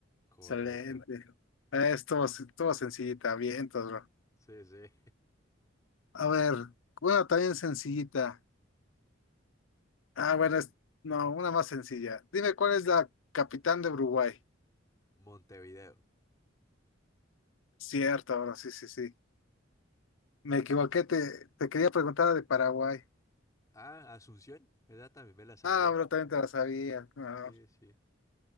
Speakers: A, on the left; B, on the left.
A: correcto.
B: Excelente. Eh, estuvo, estuvo sencillita, bien, todo, bro.
A: Sí, sí.
B: A ver, bueno, también sencillita. Ah, bueno, es, no, una más sencilla. Dime cuál es la capitán de Uruguay.
A: <laughs> Montevideo.
B: Cierto, bro, sí, sí, sí. Me equivoqué, te, te quería preguntar de Paraguay.
A: Ah, Asunción. Esa también me la sabía.
B: Ah, bro, también te la sabía. Ah,
A: Sí, sí.